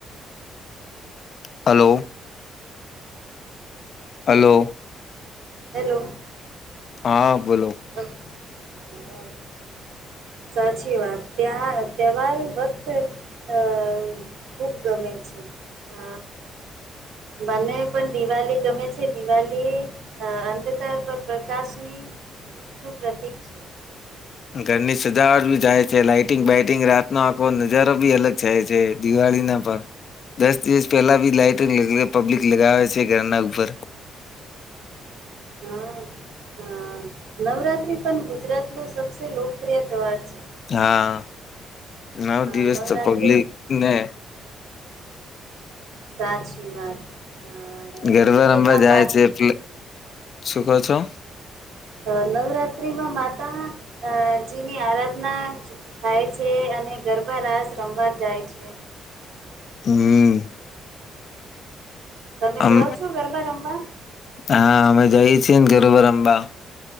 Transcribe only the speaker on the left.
હલો. હલો.
હા બોલો.
ઘરની સજાવટ બી જાય છે લાાઈટિંગ બાઈટિંગ રાતનોો આંખો નજારો બી અલગ થાય છે દિવાળી ના પણ દસ દિવસ પહેલા બી લાાઈટંગ લગ પબ્લિક લગાવે છે ઘરના ઉપર
હા નવ
દિવસ
તો પબ્લિક ને
ગરબા રંબા જાય
છે એલે શું કહો છો
હમ
અમ
હા અમે જઈએ છીએ ને ગરબર અંબા